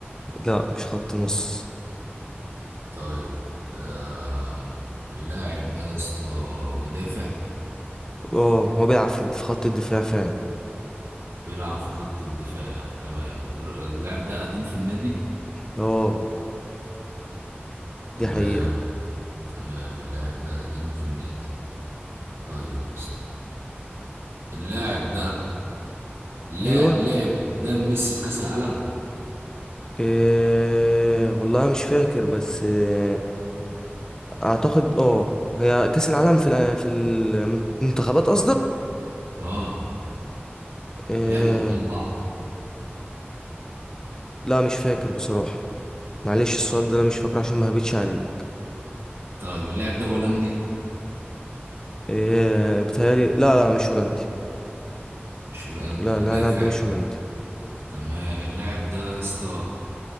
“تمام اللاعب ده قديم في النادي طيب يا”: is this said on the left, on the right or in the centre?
Right